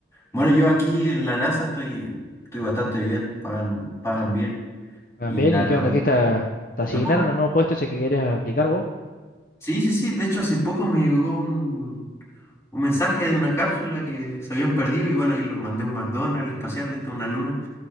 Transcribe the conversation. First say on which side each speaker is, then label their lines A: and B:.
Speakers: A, on the left; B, on the left.
A: Bueno, yo aquí en la NASA estoy, estoy bastante bien, pagan, pagan
B: claro.
A: bien.
B: Hagan
A: Y
B: bien,
A: la,
B: ¿y
A: no,
B: qué onda? ¿Qué está? ¿Te asignaron
A: no,
B: el nuevo puesto ese que querés aplicar vos?
A: sí, sí, sí. De hecho, hace poco me llegó un, un mensaje de una cápsula que se habían perdido y bueno, y los mandé a un McDonald's espacial, esto es una luna.